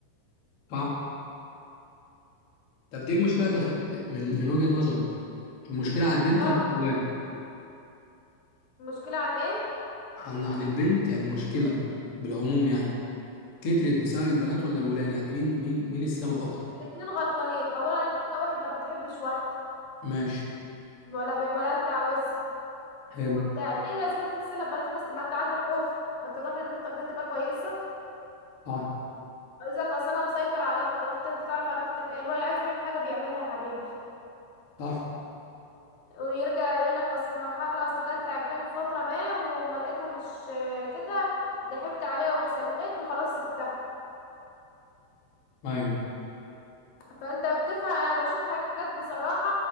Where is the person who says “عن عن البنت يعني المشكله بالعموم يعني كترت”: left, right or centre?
Left